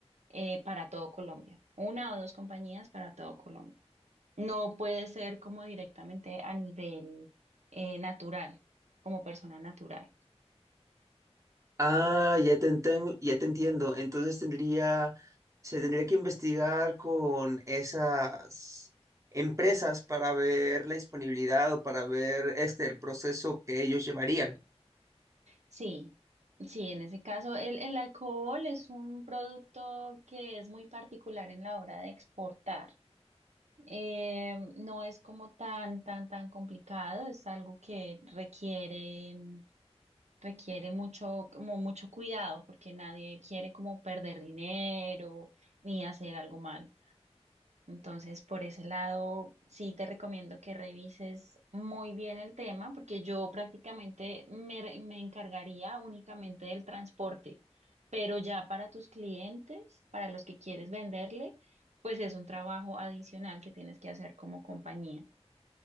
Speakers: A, on the right; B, on the right.
A: eh, para todo Colombia, una o dos compañías para todo Colombia. No puede ser como directamente a nivel eh, natural, como persona natural.
B: Ah, ya te enten- ya te entiendo. Entonces tendría, se tendría que investigar con esas empresas para ver la disponibilidad o para ver este el proceso que ellos llevarían.
A: Sí, sí, en ese caso el, el alcohol es un producto que es muy particular en la hora de exportar. Eh, no es como tan, tan, tan complicado, es algo que requiere, requiere mucho, como mucho cuidado porque nadie quiere como perder dinero ni hacer algo malo. Entonces, por ese lado, sí te recomiendo que revises muy bien el tema, porque yo prácticamente me, re- me encargaría únicamente del transporte, pero ya para tus clientes, para los que quieres venderle, pues es un trabajo adicional que tienes que hacer como compañía.